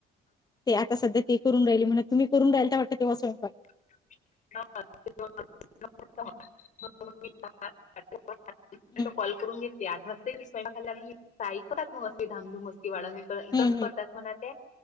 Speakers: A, on the left; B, on the left.
A: ते आता सध्या ते करुन राहिले म्हण तुम्ही करून राहिल ते वाटतं ते स्वयंपाक
B: ह <unintelligible> <inaudible> <inaudible> <unintelligible>
A: हं
B: <inaudible> कॉल करून घेतली आ मस्ते स्वयंकाला अगली ताई करत मग मस्ते धामधूम मस्ती वाढव
A: हं
B: तस
A: हं
B: करवतात म्हणत....